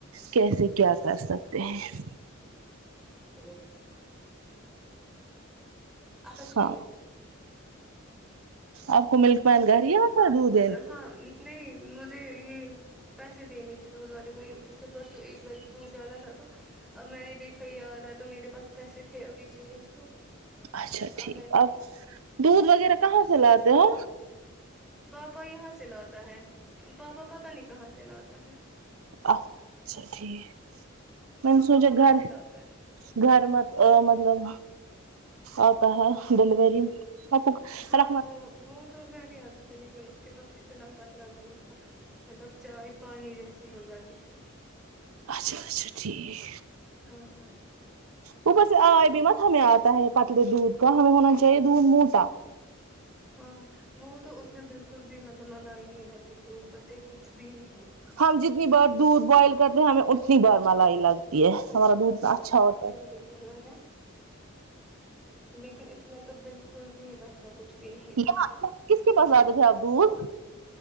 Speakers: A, on the right; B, in the centre.
A: کیسے
B: ٹھیک
A: کیا کر سکتے ہیں
B: <inaudible> اب اچھی
A: ہاں
B: ہے
A: آپ کو ملک مین گھر ہی آتا ہے دودھ دینے
B: ہاں نہیں مجھے یہ پیسے دینے تھے دودھ والے کو یہ اس سے پرسوں ایک بار دودھ ڈالا تھا تو اب میں نے دیکھا یاد آ تو میرے پاس پیسے تھے ابھی چینج تو
A: اچھا ٹھیک
B: اب میں نے
A: آ دودھ وغیرہ کہاں سے لاتے ہو
B: بابا یہاں سے لاتا ہے پاپا پتہ نہیں کہاں سے لاتا ہے
A: اچھا ٹھیک میں
B: ہاں
A: نے سوچا
B: پاپا وہیں
A: گھر
B: سے لاتا ہے
A: گھر مت مطلب آتا ہے ڈلیوری <unintelligible>
B: ہاں وہ وہ تو گھر نہیں آتا تھا لیکن اس کے پاس اتنا پتلا دودھ تھا مطلب چائے پانی جیسی ہو جاتی تھی
A: اچھا اچھا ٹھیک
B: ہاں ہاں
A: اوبر سے آئے بھی مت ہمیں آتا ہے پتلے دودھ کا ہمیں ہونا چاہیے دودھ موٹا
B: ہاں وہ تو اس میں بالکل بھی مطلب ملائی ہی نہیں ڈالتی تھی اوپر سے کچھ بھی نہیں
A: ہم جتنی بار دودھ بوائل کرتے ہیں ہمیں اتنی بار ملائی لگتی ہے ہمارا دودھ اچھا ہوتا ہے
B: یہ کہنا ہے لیکن اس میں تو بالکل بھی ویسا کچھ بھی نہیں
A: یہ
B: تھا
A: کس کے پاس آتے تھے آپ دودھ